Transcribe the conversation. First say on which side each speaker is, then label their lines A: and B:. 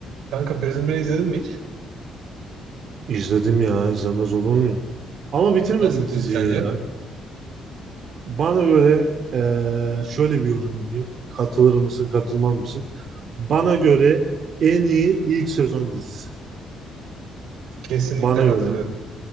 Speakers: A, on the right; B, on the right.
A: Kanka Prison Break izledin mi hiç?
B: İzledim ya izlemez olur muyum? Ama bitirmedim
A: Nasıl bir
B: diziyi
A: dizi sence?
B: ya. Bana göre eee, şöyle bir yorum yapayım. Katılır mısın katılmaz mısın? Bana göre en iyi ilk sezon dizisi.
A: Kesinlikle
B: Bana
A: katılıyorum.
B: göre.